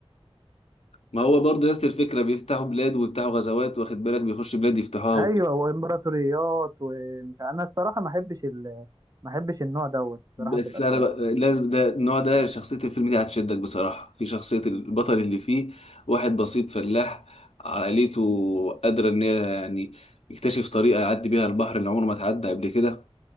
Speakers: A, on the left; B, on the right.
A: ما هو برضه نفس الفكره بيفتحوا بلاد ويفتحوا غزوات واخد بالك بيخش بلاد يفتحوها
B: ايوه وامبراطوريات ومش ع- انا الصراحه ما احبش ال... ما احبش النوع دوت الصراحه
A: بس
B: في الافلام
A: انا بقى لازم ده النوع ده شخصية الفيلم دي هتشدك بصراحة في شخصية البطل اللي فيه واحد بسيط فلاح عائلته قادرة ان هي يعني يكتشف طريقة يعدي بيها البحر اللي عمره ما اتعدى قبل كده